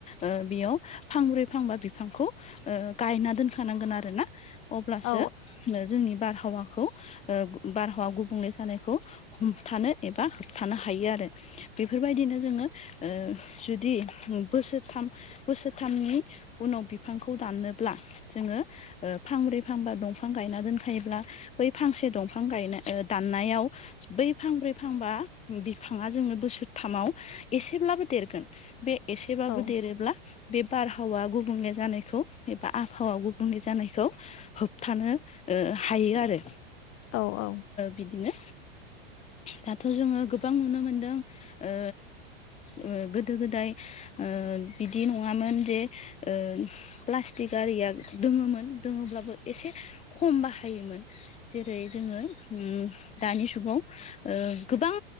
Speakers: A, on the left; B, on the left.
A: ओह बेयाव फांब्रै फांबा बिफांखौ ओह गायना दोनखानांगोन आरो ना अब्लासो
B: औ
A: जोंनि बारहावाखौ ओह बारहावा गुबुंले जानायखौ हमथानो एबा होबथानो हायो आरो बेफोरबायदिनो जोङो ओ जुदि बोसोरथाम बोसोरथामनि उनाव बिफांखौ दाननोब्ला जोङो ओह फांब्रै फांबा दंफां गायना दोनखायोब्ला बै फांसे दंफां गायनाय ओह दाननायाव बै फांब्रै फांबा बिफाङा जोंनो बोसोरथामाव एसेब्लाबो देरगोन बे एसेबाबो
B: औ
A: देरोब्ला बे बारहावा गुबुंले जानायखौ एबा आबहावा गुबुंले जानायखौ होबथानो ओ हायो आरो
B: औ औ
A: बिदिनो दाथ' जोङो गोबां नुनो मोनदों ओ ओ गोदो गोदाय ओह बिदि नङामोन जे ओ प्लास्टिक आरिया दोङोमोन दोङोब्लाबो एसे खम बाहायोमोन जेरै जोङो उम दानि समाव गोबां